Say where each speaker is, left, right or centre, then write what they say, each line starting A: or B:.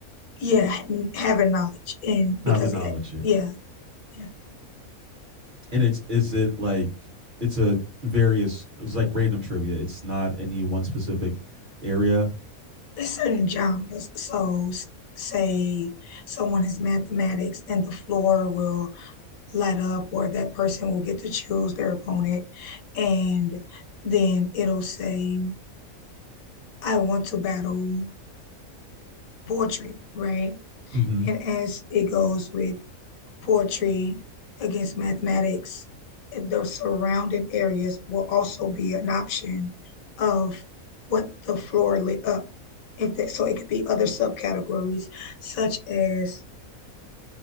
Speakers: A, on the left; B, on the right.
A: yeah, n- having knowledge. And because,
B: having knowledge.
A: it,
B: Yeah.
A: yeah, yeah,
B: and it's is it like it's a various it's like random trivia. It's not any one specific area.
A: it's certain genres. So s- say someone has mathematics, and the floor will light up or that person will get to choose their opponent and then it'll say i want to battle poetry right
B: Mm-hmm.
A: and as it goes with poetry against mathematics the surrounding areas will also be an option of what the floor lit up if that so it could be other subcategories such as